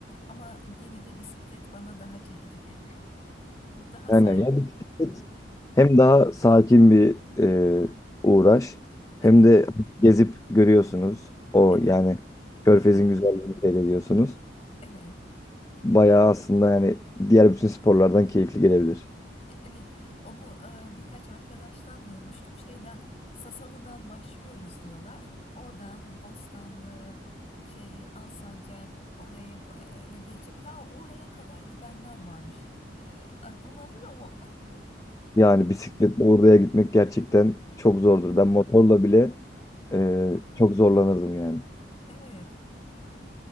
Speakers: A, on the left; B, on the left.
A: Ama gene de bisiklet bana daha çekici geliyor. Daha
B: Yani
A: sakin.
B: ya bisiklet Hem daha sakin bir e, uğraş
A: Evet,
B: hem de gezip görüyorsunuz. O
A: evet.
B: yani Körfez'in
A: Aha,
B: güzelliğini seyrediyorsunuz.
A: Evet.
B: Bayağı aslında yani diğer bütün sporlardan keyifli gelebilir.
A: Evet, onu e, birkaç arkadaştan duymuştum. Şeyden Sasalı'dan başlıyoruz diyorlar. Oradan Bostanlı, şey Alsancak orayı e, geçip ta oraya kadar gidenler varmış. E, aklın alıyor mu? <laughs>
B: Yani bisikletle oraya gitmek gerçekten çok zordur. Ben motorla bile e, çok zorlanırdım yani.
A: Evet, e, e,